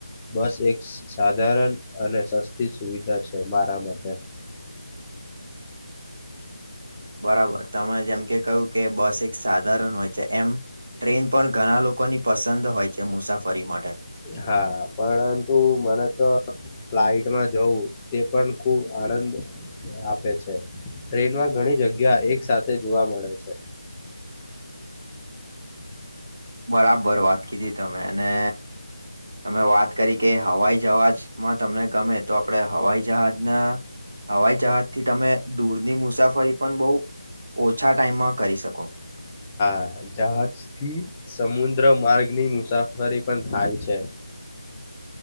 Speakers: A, on the left; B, on the right.
A: બસ, એક સાધારણ અને સસ્તી સુવિધા છે, મારા મતે <inaudible>
B: બરાબર, તમે જેમ કે કયું કે બસ સાધાર હોય છે, એમ ટ્રેન પણ ઘણા લોકોની પસંદ હોય છે મુસાફરી માટે
A: હા, પરંતુ મને તો ફ્લાઇટમાં જવું, તે પણ ખૂબ આનંદ આપે છે. ટ્રેનમાં ઘણી જગ્યા, એક સાથે જોવા મળે છે. <inaudible>
B: બરાબર વાત. તમે અને તમે વાત કરી, કે હવાઈ જહાજમાં તમને ગમે, તો આપડે હવાઈ જહાજના હવાઈ જહાજ થી, તમે દૂરની મુસાફરી પણ બહ, ઓછા ટાઈમમાં કરી શકો
A: હ, જહાજથી સમુદ્ર માર્ગની મુસાફરી પણ થાય છે.